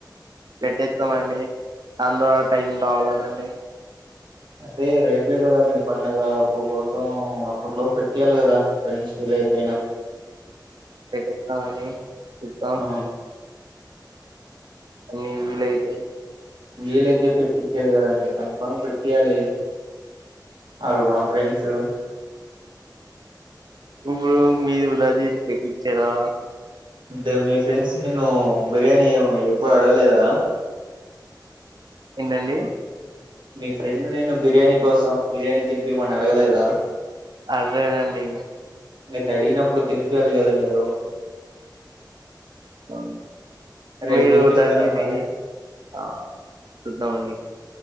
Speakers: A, on the right (about 60°); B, on the right (about 80°).
A: పెట్టస్తామండి దా ద్వారా టైం అవలేదండి
B: అదే రేపే కదా మీ పండగ అప్పు కోసం అప్పట్లో పెట్టేయాలి కదా ఫ్రెండ్స్ అయిపోయినా
A: పెస్తామని చెద్దాం
B: ఆ
A: అ విలైతే
B: వీలయితే పెట్టించారు కదండి కంపంగా పెట్టటియాలి అలుగనా ఫ్రెండ్స్
A: ఇడు మీ ఉదాది పెటి ఇచ్చ రా
B: అంటే మీ ఫ్రెండ్స్ నేను బిర్యానీ ఎప్పుడు అడగలేదా
A: ఏంటండి
B: మీ ఫ్రెండ్ నేను బిర్యానీ కోసం బిర్యానీ దింపి మని అడగలేదా
A: అదేనండి
B: మీంత అడిగినప్పుడు తినిక వెళ్ళి కదా మీరు
A: అ
B: రేపు
A: మీరు
B: తినిపిస్తారా
A: దాజీది
B: మరి
A: ఆ చద్దాంమండి